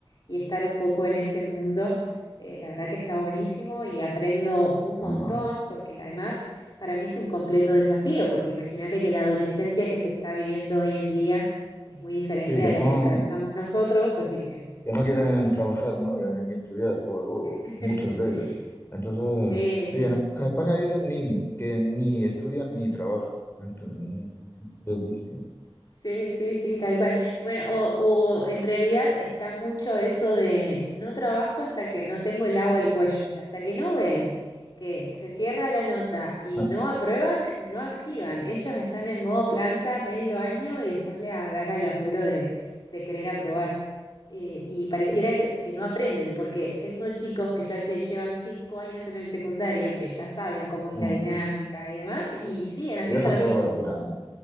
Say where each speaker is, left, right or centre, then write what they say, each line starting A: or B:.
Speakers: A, on the left; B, on the left.
A: y estar un poco en ese mundo. Eh, la verdad que está buenísimo y aprendo un montón
B: Ajá.
A: porque además para mí es un completo desafío, porque imagínate que la adolescencia que se está viviendo hoy en día es muy diferente
B: Sí, que
A: a la
B: son,
A: que atravesamos nosotros, así que
B: que no quieren trabajar, ¿no? Que ni estudiar, luego, luego,
A: <laughs>
B: muchos de ellos. Entonces,
A: sí,
B: sí, en, Esp- en España dicen nini, que ni estudian ni trabajan. Entonces, dicen,
A: Sí, sí, sí, tal cual. Bueno, o, o en realidad está mucho eso de no trabajo hasta que no tengo el agua al cuello, o sea, hasta que no ven que se cierra la nota y
B: <laughs>
A: no aprueban, no activan. Ellos están en modo planta medio año y después les agarra el apuro de, de querer aprobar. Eh, y pareciera
B: pues,
A: que, que no aprenden, porque tengo chicos que ya te llevan cinco años en el secundario, que ya saben cómo es
B: no,
A: la dinámica y demás, y siguen haciendo
B: lo dejan
A: lo
B: todo
A: mismo.
B: para el final, ¿no?